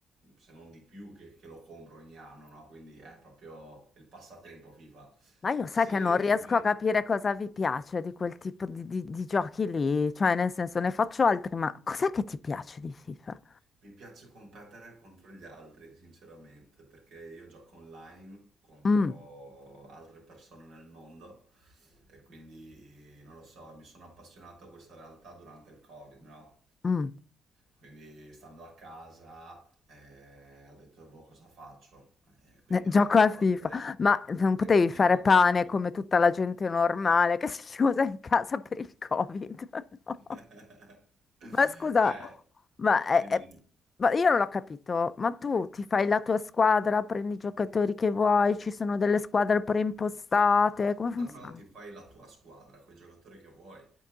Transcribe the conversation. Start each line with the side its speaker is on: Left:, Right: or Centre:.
Right: se non di più, che, che lo compro ogni anno, no? Quindi è proprio il passatempo FIFA.
Left: Ma io
Right: Se
Left: sai che
Right: inve-
Left: non riesco a capire cosa vi piace di quel tipo di, di- di giochi lì, cioè nel senso ne faccio altri, ma cos'è che ti piace di FIFA?
Right: mi piace competere contro gli altri, sinceramente, perché io gioco online contro
Left: Mm,
Right: altre persone nel mondo e quindi non lo so, mi sono appassionato a questa realtà durante il Covid, no?
Left: mm,
Right: Quindi stando a casa eh, ho detto, boh, cosa faccio? E quindi
Left: eh, Gioco
Right: ho attaccato
Left: a FIFA,
Right: la Play.
Left: ma non potevi
Right: Hai capito?
Left: fare pane
Right: Gioco a fi...
Left: come tutta la gente normale che <laughs> si chiusa in casa per il Covid, <laughs> no?
Right: <laughs>
Left: Ma scusa,
Right: Eh,
Left: ma, è-
Right: dimmi,
Left: è-
Right: dimmi.
Left: ma io non l'ho capito, ma tu ti fai la tua squadra, prendi i giocatori che vuoi, ci sono delle squadre preimpostate, come funziona?
Right: No, no, ti fai la tua squadra con i giocatori che vuoi.